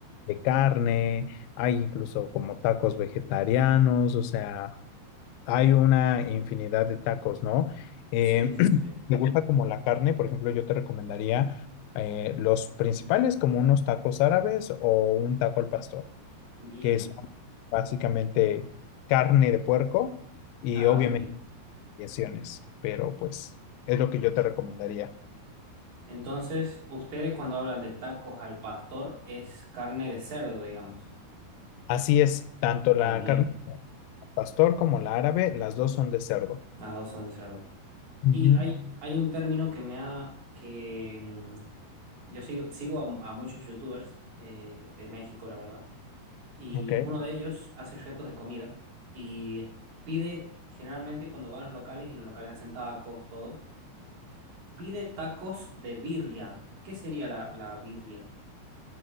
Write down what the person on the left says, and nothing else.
de carne, hay incluso como tacos vegetarianos, o sea, hay una infinidad de tacos, ¿no? Eh,
<clears throat>
¿te gusta como la carne? Por ejemplo, yo te recomendaría eh, los principales como unos tacos árabes o un taco al pastor
que son básicamente carne de puerco y
obviamente
variaciones, pero pues es lo que yo te recomendaría.
Así es, tanto la
carne al pastor como la árabe, las dos son de cerdo.
Ujú,
Ok,